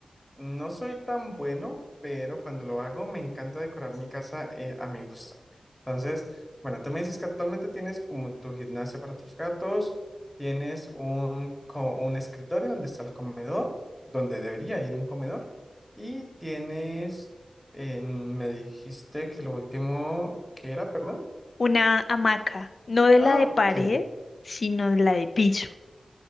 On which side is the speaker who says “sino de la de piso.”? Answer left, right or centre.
Left